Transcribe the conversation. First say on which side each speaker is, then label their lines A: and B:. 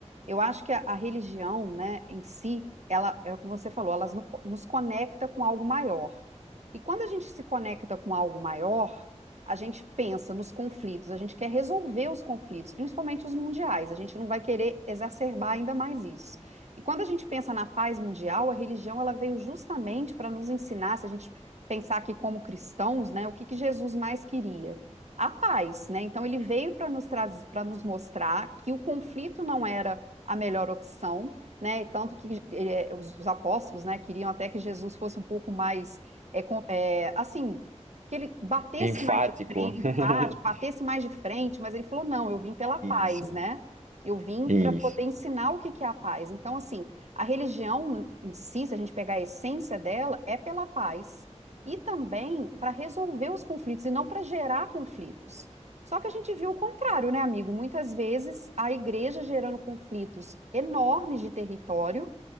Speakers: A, on the right; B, on the right.
A: Eu acho que a, a religião, né, em si, ela, é o que você falou, ela no- nos conecta com algo maior. E quando a gente se conecta com algo maior, a gente pensa nos conflitos, a gente quer resolver os conflitos, principalmente os mundiais, a gente não vai querer exacerbar ainda mais isso. E quando a gente pensa na paz mundial, a religião ela veio justamente para nos ensinar, se a gente pensar aqui como cristãos, né, o que, que Jesus mais queria? A paz, né? Então ele veio para nos trazer, para nos mostrar que o conflito não era a melhor opção, né? Tanto que eh, os, os apóstolos, né, queriam até que Jesus fosse um pouco mais, eh, com- eh, assim, que ele batesse
B: Enfático.
A: mais de frente,
B: <laughs>
A: enfático, batesse mais de frente, mas ele falou, não, eu vim pela paz,
B: Isso,
A: né? Eu vim
B: isso.
A: para poder ensinar o que que é a paz. Então, assim, a religião em si, se a gente pegar a essência dela, é pela paz e também para resolver os conflitos e não para gerar conflitos. Só que a gente viu o contrário, né, amigo? Muitas vezes a igreja gerando conflitos enormes de território,